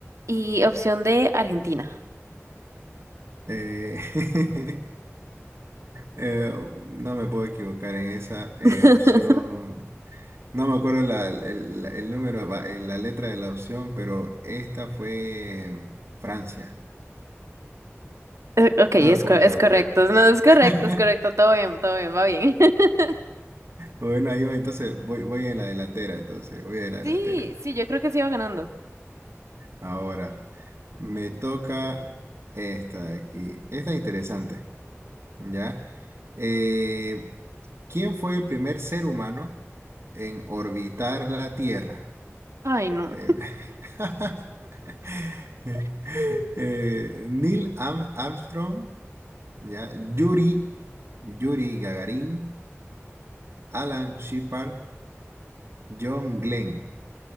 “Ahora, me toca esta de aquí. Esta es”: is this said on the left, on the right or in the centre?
Right